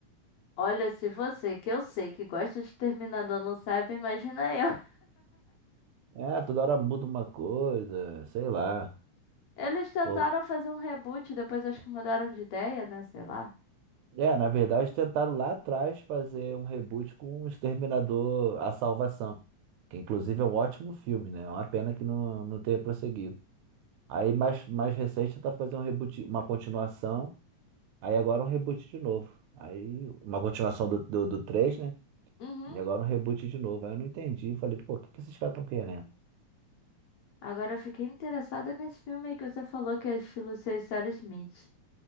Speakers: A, on the left; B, on the right.
A: Olha, se você, que eu sei que gosta de Terminador, não sabe, imagina eu. <laughs>
B: É, toda hora muda uma coisa, sei lá.
A: Eles tentaram
B: Ou-
A: fazer um reboot, depois acho que mudaram de ideia, né? Sei lá.
B: É, na verdade tentaram lá atrás fazer um reboot com o Exterminador A Salvação, que inclusive é um ótimo filme, né? É uma pena que não, não tenha prosseguido. Aí mais, mais recente tentaram fazer um reboot, uma continuação, aí agora um reboot de novo. Aí uma continuação do, do, do 3, né?
A: Uhum.
B: E agora um reboot de novo. Aí eu não entendi, falei, pô, o que que esses caras estão querendo?
A: Agora eu fiquei interessada nesse filme aí que você falou que é estilo Sr. Sarah Smith.